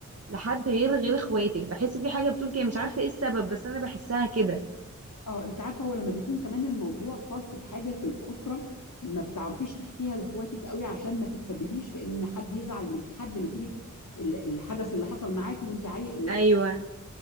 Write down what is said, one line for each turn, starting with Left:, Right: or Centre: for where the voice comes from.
Right: لحد غير غير اخواتك بحس في حاجه بتقول كده مش عارفه ايه السبب بس انا بحسها كده
Left: اه انت عارفه هو لما بيكون كمان الموضوع خاص بحاجه في الاسره ما بتعرفيش تحكيها لاخواتك قوي عشان ما تتسببيش في ان حد يزعل من حد نتيجه ال- الحدث اللي حصل معاكي وانت عاي...
Right: ايوه